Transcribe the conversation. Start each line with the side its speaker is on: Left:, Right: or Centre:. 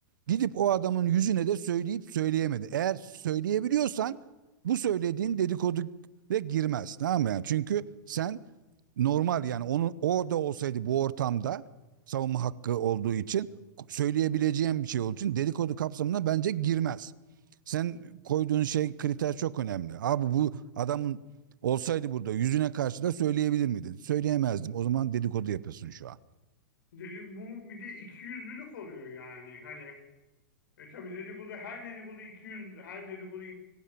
Right: gidip o adamın yüzüne de söyleyip söyleyemedi. Eğer söyleyebiliyorsan bu söylediğin dedikodu ve girmez. Tamam mı? Yani çünkü sen normal yani onun orada olsaydı bu ortamda savunma hakkı olduğu için söyleyebileceğim bir şey olduğu için dedikodu kapsamına bence girmez. Sen koyduğun şey kriter çok önemli. Abi bu adamın olsaydı burada yüzüne karşı da söyleyebilir miydin? Söyleyemezdim. O zaman dedikodu yapıyorsun şu an.
Left: Dedi, bu bir de ikiyüzlülük oluyor yani. Hani e, tabii dedikodu her dedikodu iki yüz her dedikodu